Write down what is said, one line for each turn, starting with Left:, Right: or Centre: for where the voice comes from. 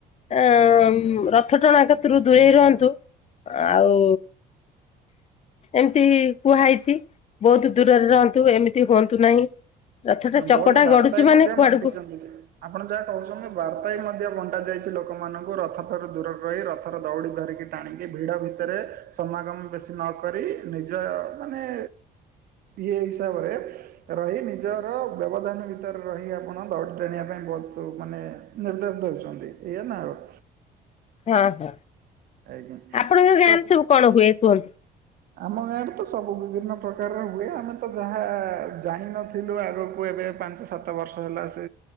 Left: ଅ ରଥ ଟଣା କତିରୁ ଦୂରେଇ ରୁହନ୍ତୁ। ଆଉ ଏମିତି କୁହା ହେଇଛି ବହୁତ ଦୂରରେ ରହନ୍ତୁ ଏମିତି ହୁଅନ୍ତୁ ନାହିଁ। ରଥଟା
Right: ହଁ
Left: ଚକଟା
Right: ବହୁତ ବାର୍ତ୍ତା
Left: ଗଡୁଛି
Right: ବି
Left: ମାନେ
Right: ମଧ୍ୟ
Left: କୁଆଡକୁ
Right: ବାଣ୍ଟିଛନ୍ତି ଯେ ଆପଣ ଯାହା କହୁଛନ୍ତି ବାର୍ତ୍ତା ବି ମଧ୍ୟ ବଣ୍ଟା ଯାଇଛି ଲୋକମାନଙ୍କୁ ରଥଠାରୁ ଦୂରରେ ରହି ରଥର ଦଉଡ଼ି ଧରିକି ଟାଣିକି ଭିଡ ଭିତରେ ସମାଗମ ବେଶୀ ନ କରି ନିଜ ମାନେ ଇଏ ହିସାବରେ ରହି ନି ନିଜର ବ୍ୟବଧାନ ଭିତରେ ରହି ଆପଣ ଦୌଡ଼ି ଟାଣିବା ପାଇଁ ବହୁତ ମାନେ ନିର୍ଦ୍ଦେଶ ଦେଉଛନ୍ତି। ଏଇଆ ନା ଆଉ
Left: ହଁ ହଁ
Right: ଆଜ୍ଞା
Left: ଆପଣଙ୍କ ଗାଁରେ
Right: ତ
Left: ସବୁ କଣ ହୁଏ କୁହନ୍ତୁ?
Right: ଆମ ଗାଁରେ ତ ସବୁ ବିଭିନ୍ନ ପ୍ରକାରର ହୁଏ ଆମେ ତ ଯାହା ଜାଣିିନଥିଲୁ ଆଗକୁ ଏବେ ପାଞ୍ଚ ସାତ ବର୍ଷ ହେଲା ସେ